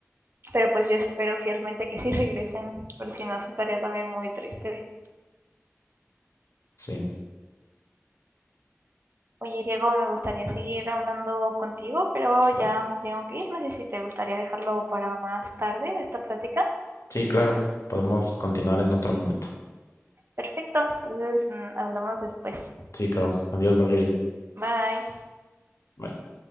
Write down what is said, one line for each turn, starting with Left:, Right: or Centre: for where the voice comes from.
Right: pero pues yo espero fielmente que sí regresen, por si no, sí estaría también muy triste.
Left: sí,
Right: Oye, Diego, me gustaría seguir hablando contigo, pero
Left: claro.
Right: ya me tengo que ir. No sé si te gustaría dejarlo para más tarde, esta plática.
Left: Sí, claro. Podemos continuar en otro momento.
Right: Perfecto, entonces mm, hablamos después.
Left: Sí, claro. Adiós, Valeria.
Right: Bye.
Left: Bye.